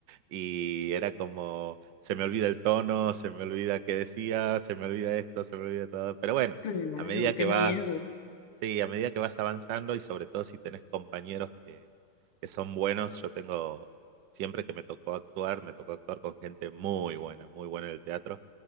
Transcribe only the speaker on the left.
Claro,
qué
miedo.